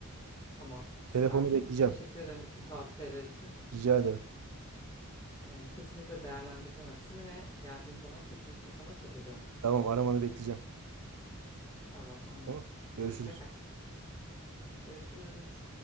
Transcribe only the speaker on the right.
Telefonu
bekleyeceğim.
Rica ederim.
Tamam aramanı bekleyeceğim.
Tamam. Görüşürüz.